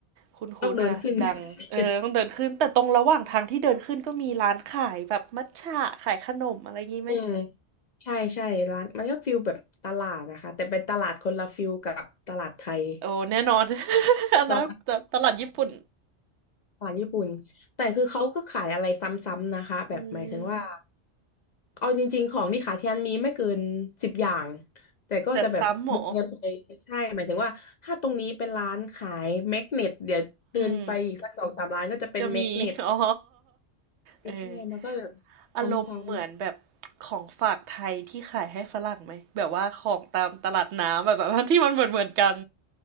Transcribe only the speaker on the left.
ต้องเดินขึ้น <laughs> อืมใช่ใช่ร้านมันก็ฟิลแบบตลาดนะคะแต่เป็นตลาดคนละฟิลกับตลาดไทย
เรียบร้อย
ขายญี่ปุ่นแต่คือเขาก็ขายอะไรซ้ำๆนะคะแบบหมายถึงว่า
เอาจริงๆของที่ขายที่นั่นมีไม่เกินสิบอย่างแต่ก็จะแบบบวกกันไปใช่หมายถึงว่าถ้าตรงนี้เป็นร้านขายแมกเนตเดี๋ยวเดินไปอีกสักสองสามร้านก็จะเป็นแมกเนต
ใช่มันก็แบบ
ซ้ำ